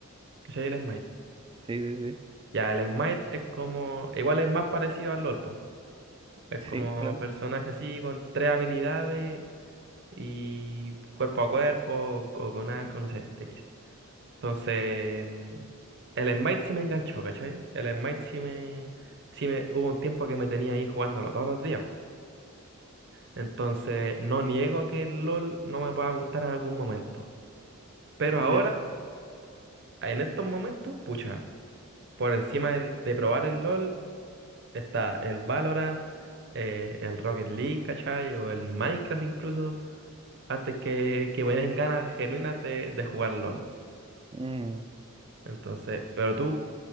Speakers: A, on the right; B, on the right.
A: ¿Cachai? El Smite.
B: Sí, sí, sí.
A: Ya, el Smite es como. Igual es más parecido al LOL, po. Es
B: Sí,
A: como
B: claro.
A: personaje así con tres habilidades y cuerpo a cuerpo o con arco, no sé, X. Entonces, mm, el Smite sí me enganchó, ¿cachai? El Smite sí me, sí me, hubo un tiempo que me tenía ahí jugándolo todos los días. Entonces, no niego que el LOL no me pueda gustar en algún momento. Pero ahora,
B: Ya.
A: en estos momentos, pucha, por encima del- de probar el LOL está el Valorant, eh, el Rocket League, ¿cachai? O el Minecraft incluso, antes que, que me den ganas genuinas de, de jugar LOL.
B: Mm.
A: Entonces, pero tú,